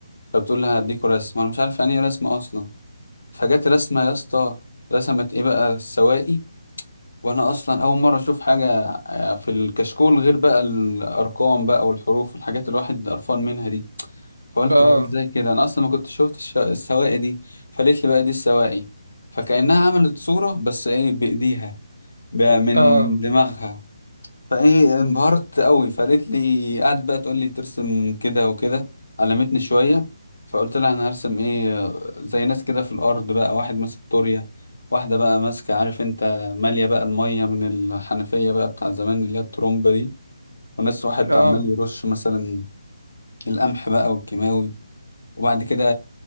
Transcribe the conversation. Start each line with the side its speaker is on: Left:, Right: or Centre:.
Left: فبتقول لها هديكوا رسم وانا مش عارف يعني ايه رسم اصلا فجت رسمه يا اسطى رسمت ايه بقى السواقي وانا اصلا اول مره اشوف حاجه آه، في الكشكول غير بقى الارقام بقى والحروف والحاجات اللي الواحد قرفان منها دي فقلت
Right: اه
Left: هو ازاي كده انا اصلا ما كنت شفت الش- السواقي دي فقالت لي بقى دي السواقي فكأنها عملت صورة بس ايه بإيديها ب- من
Right: اه
Left: دماغها فايه انبهرت قوي فقالت لي قعدت بقى تقول لي ترسم كده وكده علمتني شويه فقلت لها انا هرسم ايه زي ناس كده في الارض بقى واحد ماسك طورية واحده بقى ماسكه عارف انت ماليه بقى الميه من الحنفيه بقى بتاع زمان اللي هي الترومبه دي وناس واحد
Right: اه
Left: عمال يرش مثلا القمح بقى والكيماوي وبعد كده